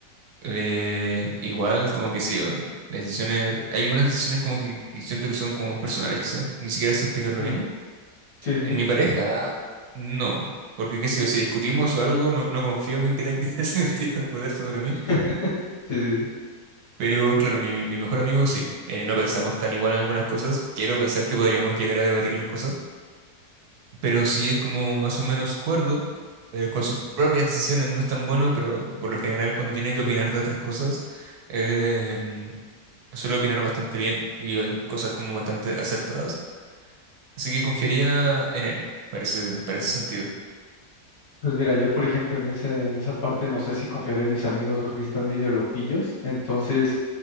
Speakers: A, on the right; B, on the left.
A: eh, igual como que sí, o decisiones, hay algunas decisiones como que, que siento que son como personales quizás, ni siquiera sé explicarlo
B: ¿Mm?
A: bien.
B: Sí, sí.
A: En mi pareja, no. Porque qué sé yo, si discutimos o algo, no, no confío en que tenga <laughs> ese sentido de poder sobre mí.
B: Sí, <laughs> sí, sí. sí.
A: Pero claro, mi, mi mejor amigo sí. Eh, no pensamos tan igual en algunas cosas. Quiero pensar que podríamos llegar a debatir las cosas. Pero sí es como más o menos cuerdo. eh, con sus propias decisiones no es tan bueno, pero por lo general cuando tiene que opinar de otras cosas, eh, suele opinar bastante bien y hay cosas como bastante acertadas. Así que confiaría en él, parece, para ese para ese sentido.
B: Pues mira, yo por ejemplo en esa, en esa parte no sé si confiaré en mis amigos porque están medio loquillos, entonces